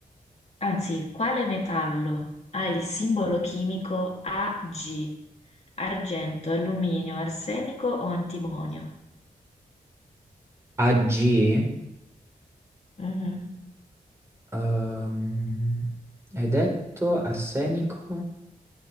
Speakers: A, on the left (about 45°); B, on the right (about 20°).
A: anzi, quale metallo ha il simbolo chimico Ag? Argento, alluminio, arsenico o antimonio?
B: AG?
A: Mhm.
B: Ehm, hai detto arsenico?